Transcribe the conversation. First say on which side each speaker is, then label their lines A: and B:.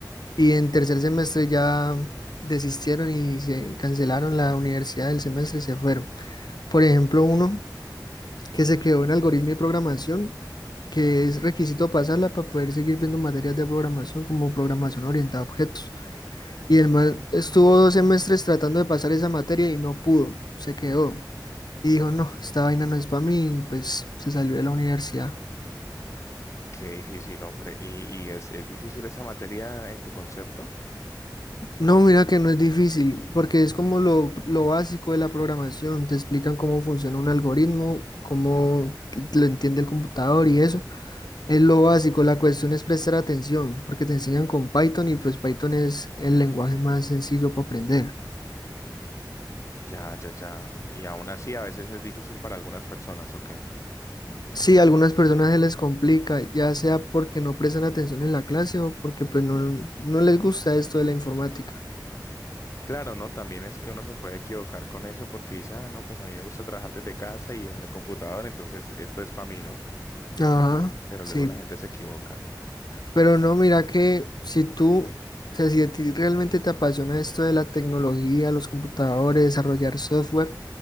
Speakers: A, on the left; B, on the left.
A: y en tercer semestre ya desistieron y se cancelaron la universidad del semestre y se fueron. Por ejemplo, uno que se quedó en algoritmo y programación que es requisito pasarla para poder seguir viendo materias de programación como programación orientada a objetos. Y el man estuvo dos semestres tratando de pasar esa materia y no pudo, se quedó. Y dijo, no, esta vaina no es para mí, y pues se salió de la universidad.
B: Qué difícil, hombre. ¿Y, y es, es difícil esa materia en tu concepto?
A: No, mira que no es difícil, porque es como lo, lo básico de la programación. Te explican cómo funciona un algoritmo, cómo lo entiende el computador y eso. Es lo básico, la cuestión es prestar atención, porque te enseñan con Python y pues Python es el lenguaje más sencillo para aprender.
B: Ya, ya, ya. Y aún así a veces es difícil para algunas personas, ¿ok?
A: Sí, a algunas personas se les complica, ya sea porque no prestan atención en la clase o porque pues no, no les gusta esto de la informática.
B: Claro, ¿no? También es que uno se puede equivocar con eso porque dice, ah, no, pues a mí me gusta trabajar desde casa y en el computador, entonces esto es para mí, ¿no?
A: Ajá,
B: Pero
A: sí.
B: luego la gente se equivoca.
A: Pero no, mira que si tú, o sea, si a ti realmente te apasiona esto de la tecnología, los computadores, desarrollar software,